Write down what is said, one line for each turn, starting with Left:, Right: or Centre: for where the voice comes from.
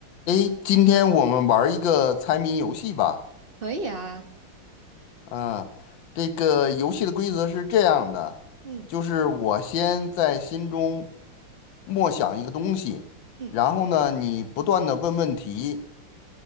Left: 诶，今天我们玩儿一个猜谜游戏吧。
Right: 可以啊，
Left: 啊，这个游戏的规则是这样的，
Right: 嗯
Left: 就是我先在心中默想一个东西，
Right: 嗯
Left: 然后呢，你不断的问问题，